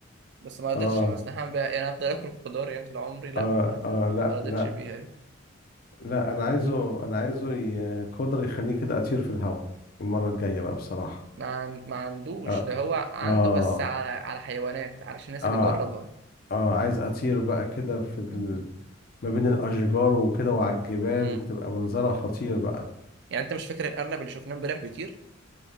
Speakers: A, on the right (about 60°); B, on the left (about 50°).
A: بس ما رضيتش
B: اه
A: ما استحمل بيها يعني افضل اكل خضار يعني طول عمري لا
B: اه
A: انا
B: اه لا
A: ما رضيتش
B: لا
A: بيها دي
B: لا انا عايزه
A: مم.
B: انا عايزه ي- قدر يخليني كده اطير في الهواء المرة الجاية بقى بصراحة
A: ما عن- ما عندوش
B: اه
A: ده هو عنده
B: اه
A: بس على على حيوانات علشان الناس
B: اه,
A: بيجربها
B: آه عايز اطير بقى كده في
A: مم.
B: ما بين الأشجار وكده وعلى الجبال
A: مم.
B: تبقى منظرها خطير بقى
A: يعني انت مش فاكر الارنب اللي شفناه امبارح بيطير